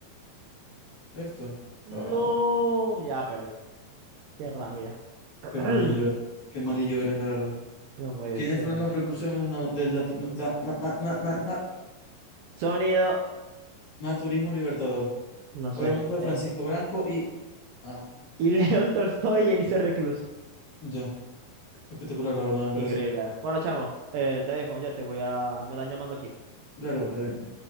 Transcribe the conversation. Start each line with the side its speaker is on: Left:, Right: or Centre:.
Left: Esto.
Right: no.
Left: Ah,
Right: Ya perdí. Qué rabia. <clears throat>
Left: qué malillo, eres. qué malillo eres, la verdad.
Right: No puede
Left: ¿Quiénes
Right: ser.
Left: fueron los precursores na- del natu- da- na- na- na- na- na-
Right: Sonido,
Left: naturismo libertador?
Right: no
Left: Obviamente
Right: sé.
Left: fue
Right: eh.
Left: Francisco Branco y... Ah,
Right: Y <laughs> León Tolstoy y Elisa Reclus.
Left: ya. Espectacular, la verdad, me parece.
Right: Increíble. Bueno, chamo, eh, te dejo, ya te voy a... Me están llamando aquí.
Left: Dale, papi, también